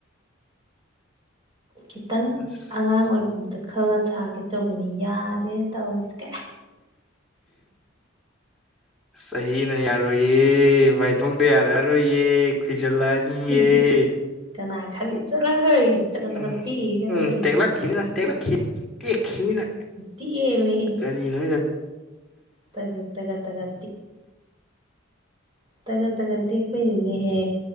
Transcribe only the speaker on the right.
ꯈꯤꯇꯪ
ꯑꯉꯥꯡ ꯑꯣꯏꯕꯤ ꯑꯝꯇ ꯈꯜꯂ ꯊꯥꯒꯦ ꯇꯧꯕꯅꯤ ꯌꯥꯗꯦ ꯇꯧꯔꯤꯁ ꯀꯥꯏ
ꯏꯁ ꯀꯅꯥ ꯈꯜꯂꯤ ꯆꯠꯂꯍ‌ꯦ ꯇꯒꯠ
ꯇꯒꯠ ꯇ‌ꯦꯛꯏ ꯅꯪ
ꯀꯔꯤ
ꯈꯪꯗꯅ
ꯇꯦꯛꯑꯦꯃꯤ
ꯇ ꯇꯒ ꯇ ꯇ ꯇꯒ ꯇꯒ ꯇ ꯄꯅꯤ ꯍꯦ